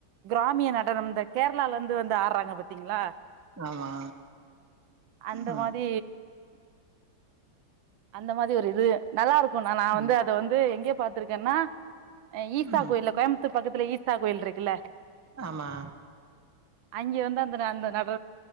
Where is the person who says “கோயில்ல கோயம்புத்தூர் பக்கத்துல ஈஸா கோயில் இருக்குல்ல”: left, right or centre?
Right